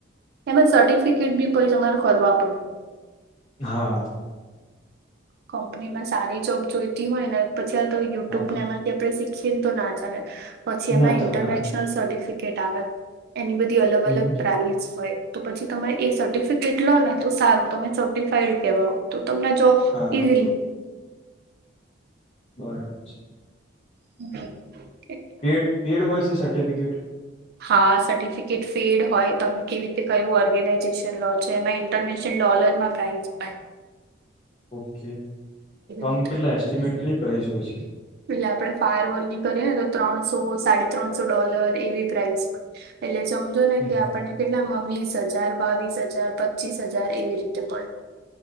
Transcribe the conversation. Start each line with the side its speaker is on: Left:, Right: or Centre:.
Right: એમાં સર્ટિફિકેટ બી પ તમારે કરવા પડે
Left: હા
Right: કં્પનીમાં સારી જોબ જોઈતી હોય ને પછી આ તો યુટ્યુબ
Left: હા
Right: ને એમાંથી આપે શીખ તો ના ચાલે પછી એમાં
Left: ના ચાલે
Right: ઇન્ટરનેશનલ
Left: હા
Right: સર્ટિફિકેટ આવે એની બધી અલગ
Left: હમ
Right: અલગ
Left: હમ.
Right: પ્રાઇસ હોય તો પછી તમે એ સર્ટિફિકેટ લો ને તો સારું તમે સર્ટિફાઇડ કેહવાય તો તમને જોબ
Left: હા
Right: ઇઝલી
Left: બરાબર છે
Right: હમ
Left: પેડ હોય છે સાર્ટિફિકેટ
Right: હા સર્ટિફિકેટ ફેડ હોય તમે કયું ઓર્ગેનાઇઝેશન લો છે એમાં ઇન્ટરનેશનલ ડોલર માં પ્રાઇઝ પણ
Left: ઓકે તો આમ
Right: રીતે
Left: કેટલા એસ્ટિમેટ કેટલી પ્રાઇસ હોય છે
Right: એટલે આપડે ફાયર વોલ ની કરીએ ને તો ત્રણસો સાડી ત્રણસો ડોલર એવી પ્રાઇસ હોય એટલે સમજો ને
Left: હમ
Right: કે
Left: હમ.
Right: આપણને કેટલામાં વીસ હજાર બાવીસ હજાર પચીસ હજાર એવી રીતે પણ.